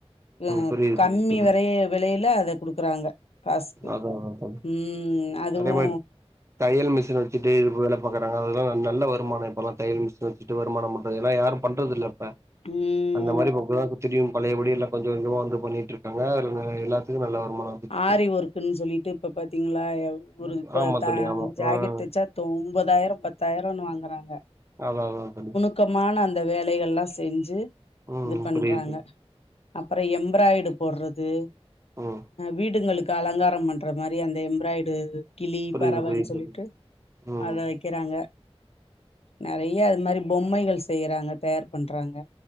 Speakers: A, on the left (about 70°); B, on the right (about 25°).
A: ம்
B: புரியுது
A: கம்மி
B: புரியுது தோழி
A: வரைய விலையில அத குடுக்குறாங்க காஸ்க்கு
B: அதா அதா தோழி
A: ம் அதுவு
B: அதே மாரி தையல் மிஷின் வச்சிட்டு வேல பாக்குறாங்க அதெல்லா நல்ல வருமானோ இப்பெல்லா தையல் மிஷின் வச் சிட்டு வருமானம் பண்றது ஏனா யாரு பண்றது இல்ல இப்ப
A: ம்
B: அந்த மாரி இப்ப <unintelligible> திரியு பழயபடி எல்லா கொஞ்ச கொஞ்சமா வந்து பண்ணிட்ருக்காங்க எல்லாத்துக்கு நல்ல வருமானம் வந்துட்டு இருக்கு
A: ஆரி ஒர்க்ன் சொல்லிட்டு இப்ப பாத்தீங்களா ஒரு இப்ப
B: ஆமா
A: தா
B: தோழி ஆமா
A: ஜாக்கெட்
B: ம்
A: தச்சா தோ ஒம்பதாயிரம் பத்தாயிரோன் வாங்குறாங்க
B: அதா அதா தோழி
A: க்கமான அந்த வேலைகள்லா செஞ்சி
B: ம்
A: இது பண்றாங்க
B: புரியுது தோழி
A: அப்றோ எம்ப்ராய்டு போட்றது
B: ம்
A: வீடுகளுக்கு அலங்காரம் பண்ற மாரி அந்த எம்ராய்டு கிளி
B: புரியுது
A: பறவ
B: புரியுது
A: சொல்லிட்டு
B: தோழி ம்
A: அத விக்கிறாங்க நெறையா அது மாரி பொம்மைகள் செய்றாங்க தயார் பண்றாங்க